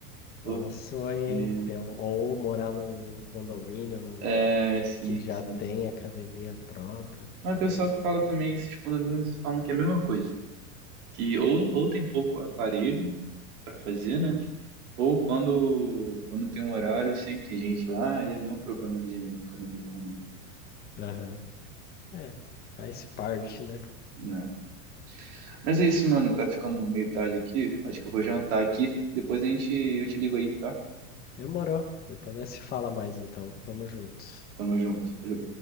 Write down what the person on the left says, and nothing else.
é um sonho,
hein? Ter um- ou morar num, num condomínio num-
que já
tem academia própria.
É,
aham. É, faz parte, né?
Demorou. Depois nós se fala mais então. Tamo junto.